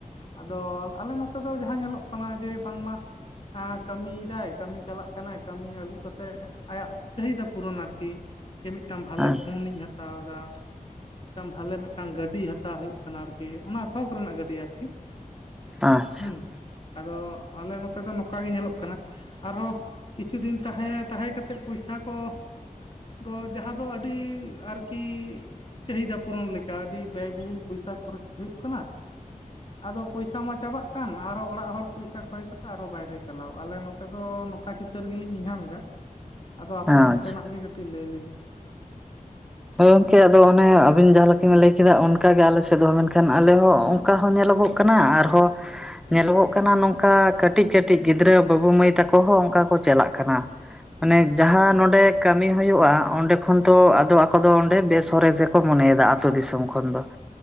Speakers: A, on the left; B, in the centre.
A: ᱟᱫᱚ ᱟᱞᱮ ᱱᱚᱛᱮ ᱫᱚ ᱡᱟᱦᱟᱸ ᱧᱮᱞᱚᱜ ᱠᱟᱱᱟ ᱡᱮ ᱵᱟᱝᱢᱟ ᱟᱸᱻ ᱠᱟᱹᱢᱤᱭᱮᱫᱟᱭ ᱠᱟᱹᱢᱤ ᱪᱟᱞᱟᱜ ᱠᱟᱱᱟᱭ ᱠᱟᱹᱢᱤ ᱟᱹᱜᱩ ᱠᱟᱛᱮᱜ ᱟᱭᱟᱜ ᱪᱟᱹᱦᱤᱫᱟ ᱯᱩᱨᱩᱱ ᱟᱨᱠᱤ ᱡᱮ ᱢᱤᱫᱴᱟᱱ ᱵᱷᱟᱞᱮ
B: ᱟᱪᱪᱷᱟ
A: ᱯᱷᱳᱱ ᱤᱧ ᱦᱟᱛᱟᱣᱮᱫᱼᱟ ᱾ ᱵᱷᱟᱞᱮ ᱢᱤᱫᱴᱟᱝ ᱜᱟᱹᱰᱤ ᱦᱟᱛᱟᱣ ᱦᱩᱭᱩᱜ ᱠᱟᱱᱟ ᱟᱨᱠᱤ ᱚᱱᱟ ᱥᱳᱠ ᱨᱮᱱᱟᱜ ᱜᱟᱹᱰᱤ ᱟᱨᱠᱤ ᱾
B: ᱟᱪᱪᱷᱟ
A: ᱦᱩᱸ ᱟᱫᱚ ᱟᱞᱮ ᱱᱚᱛᱮ ᱫᱚ ᱱᱚᱝᱠᱟ ᱜᱮ ᱧᱮᱞᱚᱜ ᱠᱟᱱᱟ ᱟᱨᱦᱚᱸ ᱠᱤᱪᱷᱩ ᱫᱤᱱ ᱛᱟᱦᱮᱸ ᱛᱟᱦᱮᱸ ᱠᱟᱛᱮᱫ ᱯᱚᱭᱥᱟ ᱠᱚ ᱫᱚ ᱡᱟᱦᱟᱸ ᱫᱚ ᱟᱹᱰᱤ ᱟᱨᱠᱤ ᱪᱟᱹᱦᱤᱫᱟ ᱯᱩᱨᱚᱱ ᱞᱮᱠᱟ ᱟᱹᱰᱤ ᱵᱮᱭᱵᱚᱦᱩᱞ ᱯᱚᱭᱥᱟ ᱠᱷᱚᱨᱚᱪ ᱦᱩᱭᱩᱜ ᱠᱟᱱᱟ ᱾ ᱟᱫᱚ ᱯᱚᱭᱥᱟ ᱢᱟ ᱪᱟᱵᱟᱜ ᱠᱟᱱ ᱟᱨᱦᱚᱸ ᱚᱲᱟᱜ ᱦᱚᱲ ᱯᱚᱭᱥᱟ ᱠᱚᱭ ᱠᱟᱛᱮ ᱟᱨᱦᱚᱸ ᱵᱟᱭᱨᱮ ᱪᱟᱞᱟᱣ ᱟᱞᱮ ᱱᱚᱛᱮ ᱫᱚ ᱚᱠᱟ ᱪᱤᱛᱟᱹᱨ ᱜᱮᱞᱤᱧ ᱧᱮᱞ ᱧᱟᱢ ᱮᱫᱟ ᱟᱫᱚ ᱟᱯᱮ
B: ᱟᱪᱪᱷᱟ
A: ᱚᱱᱛᱮᱱᱟᱜ ᱜᱮ ᱠᱟᱹᱴᱤᱡ ᱞᱟᱹᱭ ᱟᱞᱤᱧ ᱵᱤᱱ ᱾ <inaudible>
B: ᱦᱚᱭ ᱜᱚᱝᱠᱮ ᱟᱫᱚ ᱚᱱᱮ ᱟᱵᱤᱱ ᱡᱟᱦᱟᱸ ᱞᱮᱠᱟ ᱵᱤᱱ ᱞᱟᱹᱭ ᱠᱮᱫᱟ ᱚᱱᱠᱟ ᱜᱮ ᱟᱞᱮ ᱥᱮᱫ ᱦᱚᱸ ᱢᱮᱱᱠᱷᱟᱱ ᱟᱞᱮ ᱦᱚᱸ ᱚᱱᱠᱟ ᱦᱚᱸ ᱧᱮᱞᱚᱜᱚᱜ ᱠᱟᱱᱟ ᱟᱨᱦᱚᱸ ᱧᱮᱞᱚᱜᱚᱜ ᱠᱟᱱᱟ ᱱᱚᱝᱠᱟ ᱠᱟᱹᱴᱤᱡ- ᱠᱟᱹᱴᱤᱡ ᱜᱤᱫᱽᱨᱟᱹ ᱵᱟᱹᱵᱩ ᱢᱟᱹᱭ ᱛᱟᱠᱚ ᱦᱚᱸ ᱚᱱᱠᱟ ᱠᱚ ᱪᱟᱞᱟᱜ ᱠᱟᱱᱟ ᱾ ᱢᱟᱱᱮ ᱡᱟᱦᱟᱸ ᱱᱚᱰᱮ ᱠᱟᱹᱢᱤ ᱦᱩᱭᱩᱜᱼᱟ ᱚᱸᱰᱮ ᱛᱚᱠᱷᱚᱱ ᱛᱚ ᱟᱫᱚ ᱟᱠᱚ ᱫᱚ ᱚᱸᱰᱮ ᱵᱮᱥ ᱥᱚᱨᱮᱥ ᱜᱮᱠᱚ ᱢᱚᱱᱮᱭᱮᱫᱟ ᱟᱹᱛᱳ ᱫᱤᱥᱚᱢ ᱠᱷᱚᱱ ᱫᱚ ᱾